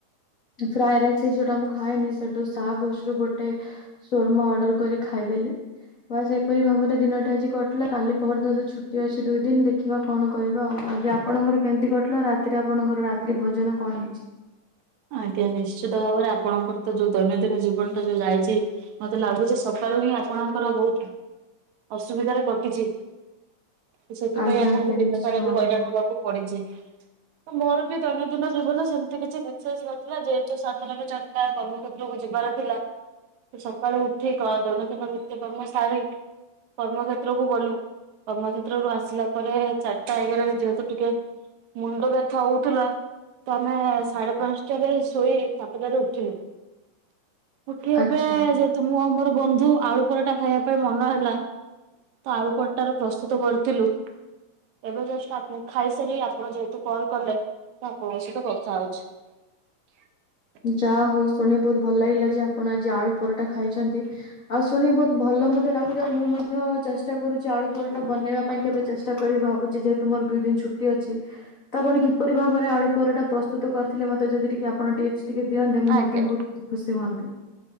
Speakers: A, on the left; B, on the right.
A: ଫ୍ରାଏ ରାଇସ୍ଇ ଯୋଉଟା ମୁଁ ଖାଏନି ସେଠୁ ଶା ଘୋଷ ରୁ ଗୋଟେ ସୋର୍ ମ ଅର୍ଡର୍ କରି ଖାଇଦେଲି। ବାସ୍ ଏପରି ଭାବରେ ଦିନଟେ ଆଜି କଟ୍ ଲା କାଲି ପହର୍ଦିନ ତ ଛୁ ଟି ଅଛି ଦୁଇ ଦିନ୍‌ ଦେଖିବା କଣ କରିବା ଆଉ ଆଜି ଆପଣଙ୍କର କେମ୍ ତି କଟ୍‌ଲା ରାତିରେ ଆପଣଙ୍କର ରାତ୍ରି ଭୋଜନ କଣ ହେଇଛି?
B: ଆଜ୍ଞା ନିଶ୍ଚିତ ଭାବରେ ଆପଣଙ୍କର ତ ଯୋଉ ଦୈନନ୍ଦିନ ଜୀବନ ଟା ଯୋଉ ଯାଇଚି ମତେ ଲାଗୁଚି ସକାଳୁ ହିଁ ଆପଣଙ୍କର ବହୁତ ଅସୁବିଧାରେ କଟିଚି। ଉ ସେଥିପାଇଁ
A: ଆଜ୍ଞା
B: ଆପଣଙ୍କୁ
A: ଆଜ୍ଞା
B: ଦିନ
A: ନିଶ୍ଚିତ
B: ସାରା ଏବେ
A: ଭାବରେ
B: ହଇରାଣ ହବାକୁ ପଡିଚି ତ ମୋର ବି ଦୈନନ୍ଦିନ ଜୀବନ ସେମ୍ ତି କିଛି ଶେଷ୍ ନଥିଲା ଯେହେତୁ ଶ ଟଙ୍କାରେ ଚାର୍ ଟା କର୍ମକ୍ଷେତ୍ରୁକୁୁ ଯିବାର ଥିଲା। ତ ସକାଳୁ ଉଠି କ ଦୈନନ୍ଦିନ ନିତ୍ୟକର୍ମ ସାରି କର୍ମକ୍ଷେତ୍ରକୁୁ ଗଲୁ। କର୍ମକ୍ଷେତ୍ରରୁ ଆସିଲା ପରେ ଚାରିଟା ହେଇ ଗଲାଣି ଯେହେତୁ ଟିକେ ମୁଣ୍ଡ ବ୍ୟଥା ହଉଥିଲା ତ ଆମେ ସାଡେ ପାଁଶ୍ ଟାରେ ଶୋଇ ସାତଟାରେ ଉଠିଲୁ ଉଠି ଏବେ
A: ଆଚ୍ଛା।
B: ଯେ ତ ମୁଁ ଆଉ ମୋର ବନ୍ଧୁ ଆଳୁ ପରଟା ଖାଇଆ ପାଇଁ ମନ ହେଲା। ତ ଆଳୁ ପର୍ ଟା ରେ ପ୍ରସ୍ତୁତ କରିଥିଲୁ। ଏବେ ଜଷ୍ଟ ଆପ ଖାଇସାରି ଆପଣ ଯେହେତୁ କଲ କଲେ ତ ଆପଣଙ୍କ ସହିତ କଥା ହଉଛି। <unintelligible>
A: ଯା ହଉ ଶୁଣି ବହୁତ ଭଲ ଲାଗିଲା ଯେ ଆପଣ ଆଜି ଆଳୁ ପରଟା ଖାଇଛନ୍ତି ଆଉ ଶୁଣିି ବହୁତ ଭଲ ମଧ୍ୟ ଲାଗୁଛି ଆଉ ମୁଁ ମଧ୍ୟ ଚେଷ୍ଟା କରୁଛି ଆଳୁ ପରଟା ବନେଇବା ପାଇଁ କେବେ ଚେଷ୍ ଟା କରିବି ଭାବୁଚି ଯେହେତୁ ମର ଦୁଇ ଦିନ୍ ଛୁଟି ଅଛି। ତ ଆପଣ କିପରି ଭାବରେ ଆଳୁ ପରଟା ପ୍ରସ୍ତୁତ କରିଥିଲେ ମତେ ଯଦି ଟିକେ ଆପଣ ଟିପ୍ସ ଟିକେ ଦିଅନ୍ତେ ମୁଁ
B: ଆଜ୍ଞା।
A: ମଧ୍ୟ ବହୁତ ଖୁସି ହୁଅନ୍ତି।